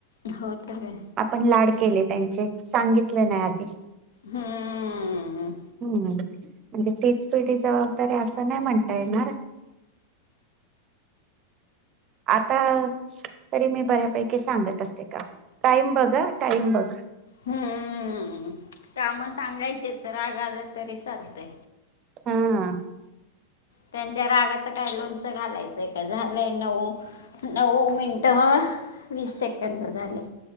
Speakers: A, on the left (about 60°); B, on the right (about 30°).
A: हो तर काय
B: आपण लाड केले त्यांचे सांगितले नाही आधी
A: हम्म,
B: म्हणजे तीच पिढी जबाबदारी असं नाही म्हणता येणार आता तरी मी बऱ्यापैकी सांगत असते का टाईम बघा, टाईम बघ
A: हम्म काम सांगायचेच राग आला तरी चालतय
B: हा
A: त्यांच्या रागाच काय लोणच घालायचंय का झालंय नऊ- नऊ मिनट वीस सेकंद झाले